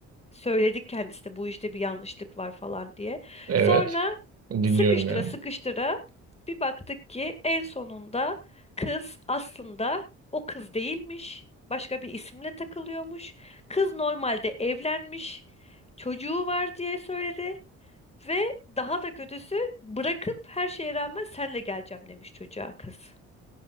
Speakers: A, on the left; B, on the right.
A: söyledik kendisine bu işte bir yanlışlık var falan diye.
B: evet.
A: Sonra
B: Dinliyorum
A: sıkıştıra
B: yani.
A: sıkıştıra bir baktık ki en sonunda kız aslında o kız değilmiş. Başka bir isimle takılıyormuş. Kız normalde evlenmiş, çocuğu var diye söyledi ve daha da kötüsü bırakıp her şeye rağmen senle geleceğim demiş çocuğa kız.